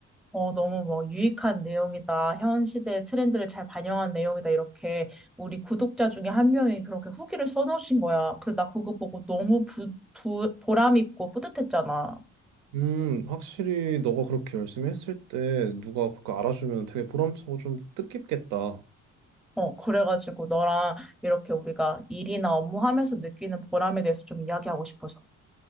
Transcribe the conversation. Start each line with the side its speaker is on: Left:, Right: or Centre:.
Centre: 어, 너무 뭐 유익한 내용이다. 현 시대의 트렌드를 잘 반영한 내용이다. 이렇게 우리 구독자 중에 한 명이 그렇게 후기를 써놓으신 거야. 그, 나 그거 보고 너무 부, 부, 보람 있고 뿌듯했잖아.
Right: 음, 확실히 너가 그렇게 열심히 했을 때 누가 그렇게 알아주면 되게 보람차고 좀 뜻깊겠다.
Centre: 어, 그래가지고 너랑 이렇게 우리가 일이나 업무하면서 느끼는 보람에 대해서 좀 이야기하고 싶어서.